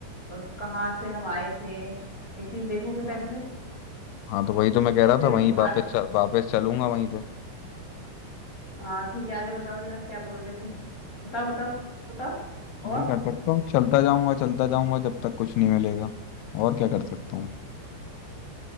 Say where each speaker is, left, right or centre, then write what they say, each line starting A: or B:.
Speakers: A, on the left; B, on the left.
A: और कहाँ से हम आए थे ये चीज देखोगे
B: हाँ
A: पहले
B: हाँ तो वही तो मैं कह रहा
A: फिर
B: था वहीं
A: तुम
B: वापस च- वापस चलूंगा वहीं पे
A: हाँ ठीक है आगे बताओ जरा क्या बोल रहे थे बताओ बताओ बताओ
B: यही
A: और
B: कर सकता हूँ चलता जाऊंगा चलता जाऊंगा जब तक कुछ नहीं मिलेगा और क्या कर सकता हूँ